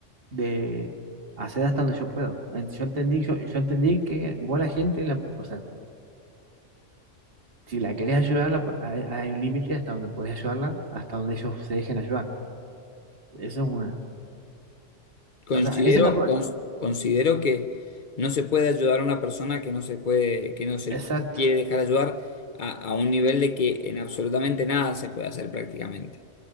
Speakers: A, on the right; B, on the left.
A: de hacer hasta donde yo puedo. En- Yo entendí, yo, yo entendí que vos a la gente, la- o sea, si la querés ayudar, la po- hay, hay un límite hasta donde podés ayudarla, hasta donde ellos se dejen ayudar. Eso es una.
B: Considero,
A: O sea, esa es la... pro-
B: cons- considero que no se puede ayudar a una persona que no se puede, que no se
A: Exacto,
B: quiere dejar ayudar a, a un nivel de que en absolutamente nada se puede hacer prácticamente.